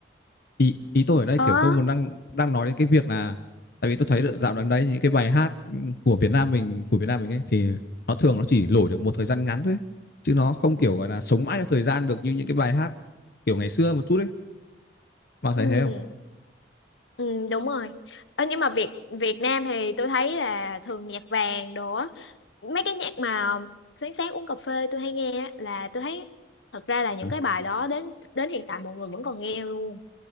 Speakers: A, on the left; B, on the left.
A: Ý ý tôi ở đây
B: Ờ,
A: kiểu tôi muốn đang đang nói đến cái việc là tại vì tôi thấy được dạo gần đấy những cái bài hát của Việt Nam mình của Việt Nam mình ấy thì nó thường nó chỉ nổi được một thời gian ngắn thôi ấy. chứ nó không kiểu gọi là sống
B: Ừ.
A: mãi theo thời gian được như những cái bài hát kiểu ngày xưa một chút ấy. Bà thấy
B: ừ.
A: thế không?
B: Ừ, đúng rồi. Ơ, nhưng mà Việt Việt Nam thì tôi thấy là thường nhạc vàng đồ á. Mấy cái nhạc mà sáng sáng uống cà phê tôi hay nghe á, là tôi thấy thật ra là những
A: Ờ.
B: cái bài đó đến đến hiện tại mọi người vẫn còn nghe luôn.